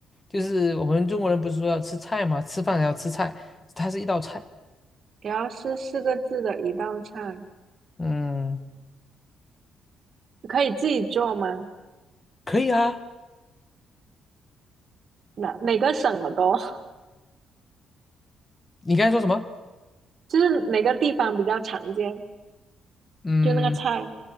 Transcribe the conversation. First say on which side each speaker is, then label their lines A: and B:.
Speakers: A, on the left; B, on the right.
A: 就是我们中国人不是说要吃菜吗？吃饭要吃菜，它是一道菜，
B: 也要是四个字的一道菜，
A: 嗯，
B: 可以自己做吗？
A: 可以啊，
B: 哪哪个省的多？<laughs>
A: 你刚才说什么？
B: 就是哪个地方比较常见，
A: 嗯
B: 就那个菜，